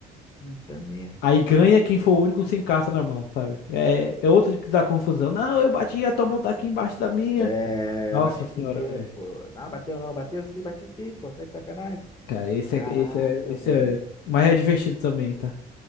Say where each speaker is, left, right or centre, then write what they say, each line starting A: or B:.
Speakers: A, on the left; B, on the left.
A: puta merda.
B: Aí ganha quem for o único sem carta na mão, sabe? É, é outro que dá confusão. Não, eu bati, a tua mão tá aqui embaixo da minha.
A: É,
B: Nossa
A: bati
B: senhora,
A: primeiro,
B: velho.
A: pô. Não, bateu não, bateu sim, bati sim, pô, tá de sacanagem.
B: Cara, esse
A: Caraca,
B: é, esse é, esse
A: mano.
B: é mais divertido também, tá?